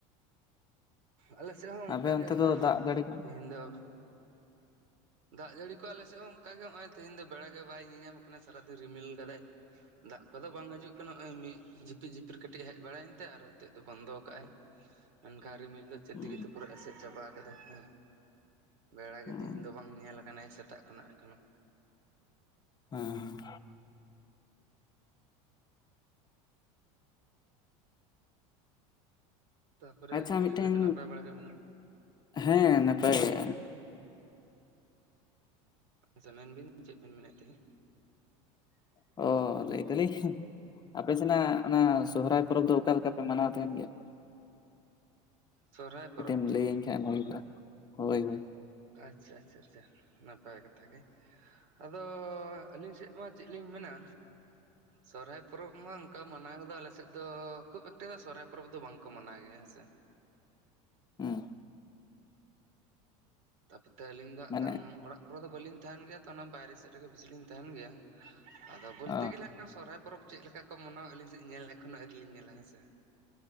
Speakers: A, on the right; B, on the left.
A: ᱟᱞᱮ ᱥᱮᱫ ᱦᱚᱸ ᱚᱱᱠᱟ
B: ᱟᱯᱮ ᱚᱱᱛᱮ
A: ᱜᱮ ᱦᱚᱸᱜᱼᱚᱭ
B: ᱫᱚ ᱫᱟᱜ ᱡᱟᱹᱲᱤ ᱠᱚ
A: ᱛᱮᱦᱮᱧ ᱫᱚ ᱫᱟᱜ ᱡᱟᱹᱲᱤ ᱠᱚ ᱟᱞᱮᱥᱮᱫ ᱦᱚᱸ ᱚᱱᱠᱟ ᱜᱮ ᱱᱚᱜᱼᱚᱭ ᱛᱮᱦᱮᱧ ᱫᱚ ᱵᱮᱲᱟ ᱜᱮ ᱵᱟᱭ ᱧᱤᱧᱟᱢ ᱠᱟᱱᱟ ᱥᱟᱨᱟᱫᱤᱱ ᱨᱤᱢᱤᱞ ᱠᱟᱫᱟᱭ ᱫᱟᱜ ᱠᱚᱫᱚ ᱵᱟᱝ ᱦᱤᱡᱩᱜ ᱠᱟᱱᱟ ᱱᱚᱜᱼᱚᱭ ᱢᱤᱫ ᱡᱷᱤᱯᱤ ᱡᱷᱤᱯᱤᱨ ᱠᱟᱹᱴᱤᱡ ᱦᱮᱡ ᱵᱟᱲᱟᱭᱮᱱ ᱛᱮ ᱟᱨᱚ ᱱᱤᱛᱚᱜ ᱫᱚ ᱵᱚᱱᱫᱚ ᱠᱟᱜᱼᱟᱭ ᱢᱮᱱᱠᱷᱟᱱ ᱨᱤᱢᱤᱞ ᱪᱮᱫ
B: ᱦᱩᱸ
A: <unintelligible> ᱮᱥᱮᱫ ᱪᱟᱵᱟ ᱠᱟᱫᱟᱭ ᱦᱮ ᱵᱮᱲᱟ ᱜᱮ
B: ᱦᱩᱸ
A: ᱛᱮᱦᱤᱧ ᱫᱚ ᱵᱟᱝ ᱧᱮᱞ ᱟᱠᱟᱱᱟᱭ ᱥᱮᱛᱟᱜ ᱠᱷᱚᱱᱟᱜ ᱮᱠᱷᱚᱱᱚ
B: ᱦᱮᱸ
A: ᱛᱟᱯᱚᱨᱮ
B: ᱟᱪᱪᱷᱟ
A: ᱱᱤᱭᱟᱹ
B: ᱢᱤᱫᱴᱮᱱ
A: ᱜᱷᱟᱹᱲᱤ ᱫᱚ ᱱᱟᱯᱟᱭ ᱵᱟᱲᱟ ᱜᱮ ᱢᱮᱱᱟᱜ ᱯᱮ
B: ᱦᱮᱸ ᱱᱟᱯᱟᱭ ᱜᱮ
A: ᱟᱪᱪᱷᱟ ᱢᱮᱱ ᱵᱤᱱ ᱪᱮᱫ ᱵᱤᱱ ᱢᱮᱱᱮᱫ ᱛᱟᱦᱮᱸᱫ
B: ᱚ ᱞᱟᱹᱭ ᱫᱟᱞᱤᱧ ᱟᱯᱮ ᱥᱮᱱᱟᱜ ᱚᱱᱟ ᱥᱚᱦᱚᱨᱟᱭ ᱯᱚᱨᱚᱵᱽ ᱫᱚ ᱚᱠᱟ ᱞᱮᱠᱟ ᱯᱮ ᱢᱟᱱᱟᱣ ᱛᱟᱦᱮᱱ ᱜᱮᱭᱟ
A: ᱥᱚᱦᱨᱟᱭ ᱯᱚᱨᱚᱵᱽ
B: ᱠᱟᱹᱴᱤᱡ ᱮᱢ ᱞᱟᱹᱭᱟᱹᱧ ᱠᱷᱟᱱ ᱵᱷᱟᱜᱮ ᱠᱚᱜ-ᱟ ᱦᱳᱭ ᱦᱳᱭ
A: ᱟᱪᱪᱷᱟ ᱟᱪᱪᱷᱟ ᱟᱪᱪᱷᱟ ᱱᱟᱯᱟᱭ ᱠᱟᱛᱷᱟ ᱜᱮ ᱟᱫᱚ ᱟᱹᱞᱤᱧ ᱥᱮᱫ ᱢᱟ ᱪᱮᱫ ᱞᱤᱧ ᱢᱮᱱᱟ ᱥᱚᱨᱦᱟᱭ ᱯᱚᱨᱚᱵᱽ ᱢᱟ ᱚᱱᱠᱟ ᱢᱟᱱᱟᱣ ᱠᱚ ᱫᱚ ᱟᱞᱮ ᱥᱮᱫ ᱫᱚ ᱠᱷᱩᱵ ᱮᱠᱴᱟ ᱫᱚ ᱥᱚᱨᱦᱟᱭ ᱯᱚᱨᱚᱵᱽ ᱫᱚ ᱵᱟᱝ ᱠᱚ ᱢᱟᱱᱟᱣ ᱜᱮᱭᱟ ᱦᱮᱸᱥᱮ
B: ᱦᱩᱸ
A: ᱛᱟᱯᱚᱛᱮ ᱟᱹᱞᱤᱧ ᱫᱚ ᱦᱟᱜ
B: ᱢᱟᱱᱮ
A: ᱠᱷᱟᱱ ᱚᱲᱟᱜ ᱠᱚᱨᱮ ᱫᱚ ᱵᱟᱹᱞᱤᱧ ᱛᱟᱦᱮᱱ ᱜᱮᱭᱟ ᱛᱚ ᱚᱱᱟ ᱵᱟᱭᱨᱮ ᱥᱮᱫ ᱨᱮᱜᱮ ᱵᱮᱥᱤ ᱞᱤᱧ ᱛᱟᱦᱮᱱ ᱜᱮᱭᱟ ᱟᱫᱚ ᱵᱚᱞᱛᱮ
B: ᱚ
A: ᱜᱮᱞᱮ ᱦᱟᱜ ᱠᱷᱟᱱ ᱥᱚᱨᱦᱟᱭ ᱯᱚᱨᱚᱵᱽ ᱪᱮᱫ ᱞᱮᱠᱟ ᱠᱚ ᱢᱟᱱᱟᱣᱟ ᱟᱹᱞᱤᱧ ᱥᱮᱫ ᱧᱮᱞ ᱮᱠᱷᱚᱱᱳ ᱟᱹᱣᱨᱤ ᱞᱤᱧ ᱧᱮᱞᱟ ᱦᱮᱸ ᱥᱮ